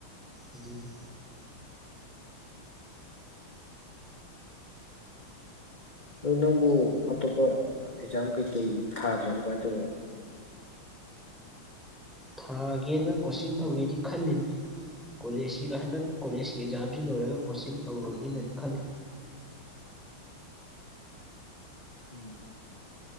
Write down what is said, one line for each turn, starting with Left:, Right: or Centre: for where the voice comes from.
Centre: ꯑꯗꯨꯅꯤ
Left: ꯗꫭ ꯅꯪꯕꯨ ꯑꯇꯣꯞꯄ ꯑꯦꯛꯖꯥꯝ ꯀꯩꯀꯩ ꯊꯥꯗ꯭ꯔꯥꯕ ꯀꯃꯥꯏ ꯇꯧꯕꯅꯣ
Centre: ꯊꯥꯒꯦꯅ ꯀꯣꯆꯤꯡ ꯇꯧꯒꯦꯗꯤ ꯈꯜꯂꯤꯃꯤ ꯀꯣꯂꯦꯖꯁꯤꯒ ꯍꯟꯗꯛ ꯀꯣꯂꯦꯖꯀꯤ ꯑꯦꯛꯖꯥꯝꯁꯤ ꯂꯣꯏꯔꯒ ꯀꯣꯆꯤꯡ ꯇꯧꯔꯒꯦꯅꯗꯤ ꯈꯜꯂꯤ
Left: ꯎꯝ꯫